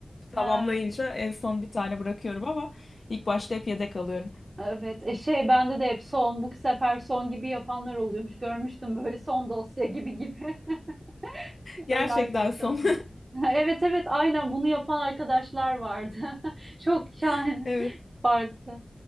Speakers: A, on the right; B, on the left.
A: ha,
B: tamamlayınca en son bir tane bırakıyorum ama ilk başta hep yedek alıyorum.
A: evet E, şey bende de hep son bu sefer son gibi yapanlar oluyormuş. Görmüştüm böyle son dosya gibi gibi. <laughs>
B: Gerçekten
A: Öyle arkadaş
B: son.
A: atmış. <laughs> Evet evet aynen bunu yapan arkadaşlar vardı. <laughs> Çok şahane.
B: <laughs> Evet.
A: Farklı.